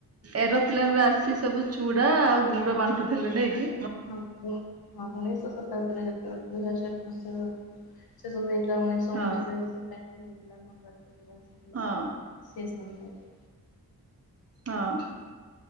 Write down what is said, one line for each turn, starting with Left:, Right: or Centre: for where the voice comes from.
Right: ଏରୋପ୍ଲେନ୍ ରେ ଆସି ସବୁ ଚୁଡା ଆଉ ଗୁଡ ବାଣ୍ଟୁଥିଲେ ନାଇ କି?
Left: ହଁ <inaudible> ହଁ ଉଣେଇଶହ ଶତାବ୍ଦୀରେ ଯେତେବେଳେ ଦୁଇ ହଜାର ମସିହା ବେଳକୁ ସେ ସବୁ ହେଇଥିଲା ଉଣେଇଶହ
Right: ହଁ
Left: ଅନେଶତରେ ସେଇ ଟାଇମ୍ ରେ ହେଇଥିଲା ମହାବାତ୍ୟା ସବୁ ଆସିଥିଲା।
Right: ହଁ
Left: ସେ ସମୟରେ
Right: ହଁ।